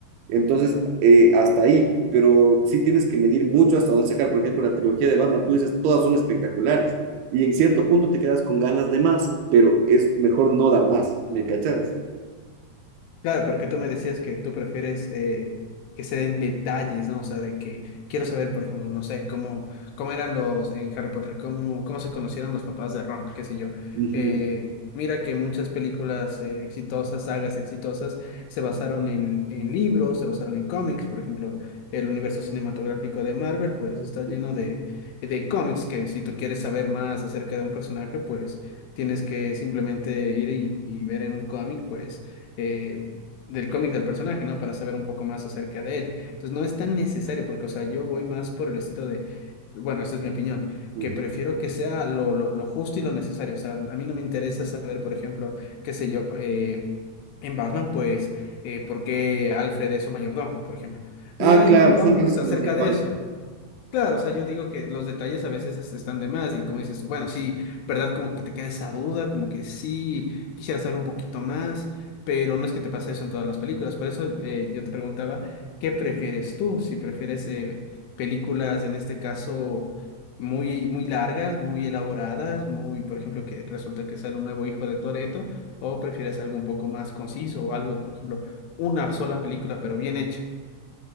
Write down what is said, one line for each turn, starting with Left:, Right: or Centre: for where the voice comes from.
Right: Entonces, eh, hasta ahí, pero sí tienes que medir mucho hasta dónde sacar, por ejemplo, la trilogía de Batman, tú dices, todas son espectaculares y en cierto punto te quedas con ganas de más, pero es mejor no dar más, ¿me cachas?
Left: Claro, porque tú me decías que tú prefieres eh, que se den detalles, ¿no? O sea, de que quiero saber, por ejemplo, no sé, cómo, cómo eran los en Harry Potter, cómo, cómo se conocieron los papás de Ron, qué sé yo.
Right: Ujú,
Left: Eh, mira que muchas películas eh, exitosas, sagas exitosas, se basaron en, en libros, se basaron en cómics, por ejemplo, el universo cinematográfico de Marvel, pues está lleno
Right: ujú,
Left: de, de cómics que si tú quieres saber más acerca de un personaje, pues tienes que simplemente ir y, y ver en un cómic, pues... eh, del cómic del personaje, ¿no? Para saber un poco más acerca de él. Entonces, no es tan necesario porque, o sea, yo voy más por el estilo de, bueno, esta es mi opinión,
Right: ujú.
Left: que prefiero que sea lo, lo, lo justo y lo necesario. O sea, a mí no me interesa saber, por ejemplo, qué sé yo, eh, en Batman, pues, eh, por qué Alfred es su mayordomo, por ejemplo. Ni
Right: Ah,
Left: hay
Right: claro,
Left: cómics
Right: son cosas que
Left: acerca
Right: no se valen.
Left: de eso. Claro, o sea, yo digo que los detalles a veces hasta están de más y como dices tú, bueno, sí, ¿verdad? Como que te queda esa duda, como que sí, quisiera saber un poquito más, pero no es que te pasa eso en todas las películas. Por eso eh, yo te preguntaba, ¿qué prefieres tú? Si prefieres eh, películas, en este caso, muy, muy largas, muy elaboradas, muy, por ejemplo, que resulta que sale un nuevo hijo de Toreto, o prefieres algo un poco más conciso o algo, por ejemplo, una sola película, pero bien hecha.